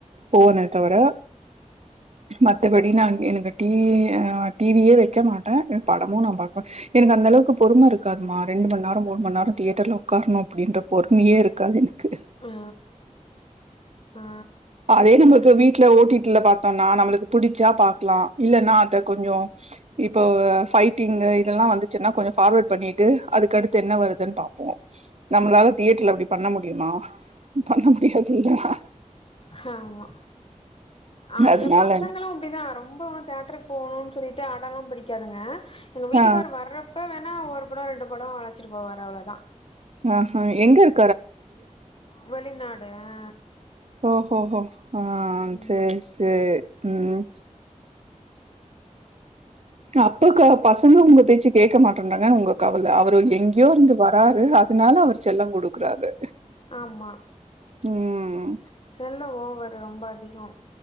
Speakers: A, on the right; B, on the left.
A: போன தவிர மத்தபடி நான் எனக்கு டிவி டிவே வ க மாட்ட படமும் நான் ம எனக்கு அந்தளவுக்கு பொறும இருக்காதுமா ரெண்டுமண் நேரம் மூணுமண் நேரம் த தேட்டர்ல உக்காரணும் அப்படின்ற பொறுமையே இருக்காது எனக்கு
B: ஆ ஆ
A: அதே நம்ம இப்ப வீட்டுல ஓட்டிட்டுல பார்த்தோம்னா நம்மளுக்கு புடிச்சா பாக்கலாம் இல்லன்னா அத கொஞ்சோ இப்போ பைட்டிங் இதெல்லாம் வந்துச்சுன்னா கொஞ்சோ பார்வர்ட் பண்ணிட்டு அதுக்கு அடுத்து என்ன வருதுன்னு பா நம்மளால தியேட்டர்ல அப்டி பண்ண முடியுமா பண்ண முடியாது இல்லா
B: ஹமா ஆ
A: அதனால
B: ஏன் பசங்களும் அப்டிதான் ரொம்ப அவன தேட்டருக்கு போகணும்ன்னனு சொல்லிட்டு ஆட எல்லாம் படிக்காதுங்க எங்க வீட்டுக்கார்
A: ஆ
B: வரப்ப வேணா ஒரு படோ ரெண்டு படோ அழசிட்டு போவாரு அவ்வளோ தான்
A: ஆ ஹ எங்க இரு
B: வெளிநாடு ஆ
A: ஓ ஹோ ஹோ ஆ
B: ம்
A: செரி செரி ம் அப்ப க பசங்க உங்க பேச்சு கேட்க மாட்டேன்றறாங்கன்னு உங்க கவல அவரு எங்கேயோ இருந்து வராரு அதனால அவர் செல்லாம் கொடுக்குறாரு
B: ஆமா
A: உம்
B: தெல்லா ஓவரு ரொம்ப அதிகம்